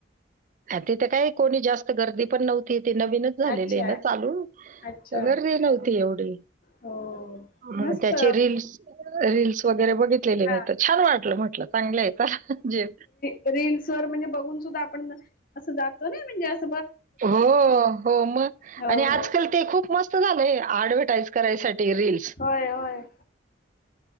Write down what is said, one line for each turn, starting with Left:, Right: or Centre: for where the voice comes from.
Right: तिथं काय कोणी जास्त गर्दी पण नव्हती. तिथे नवीनच झालेली
Left: अच्छा
Right: आहे ना चालू,
Left: अच्छा
Right: गर्दी नव्हती एवढी
Left: हो
Right: हो
Left: मस्त
Right: त्याचे रीलस रील्स वगैरे बघितलेले
Left: हा
Right: मी, तर छान वाटलं म्हटलं, चांगलं आहे तर जे
Left: रीलस वर म्हणजे बघून सुद्धा आपण असं जातो ना, म्हणजे अस
Right: हो हो मग
Left: हो
Right: आणि
Left: हो
Right: आजकाल ते खूप मस्त झालंय आडवे अँडवर्टिस करायसाठी रीलल्स
Left: होय होय होय.